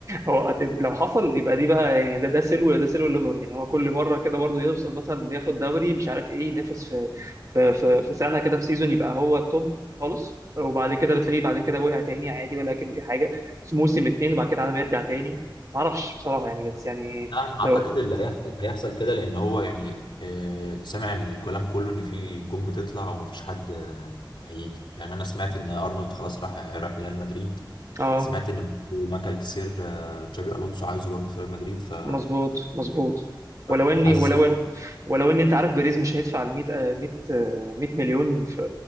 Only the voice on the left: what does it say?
لا انا اعتقد
اللي هيحصل هيحصل كده لان هو يعني آه سامع الكلام كله ان في نجوم بتطلع ومفيش حد آه هيجي يعني انا سمعت ان ارنولد خلاص راح راح ريال مدريد
سمعت ان ماكل كسير آه تشابي الونسو عايزه برضه في ريال مدريد ف ف-
فحاسس
ان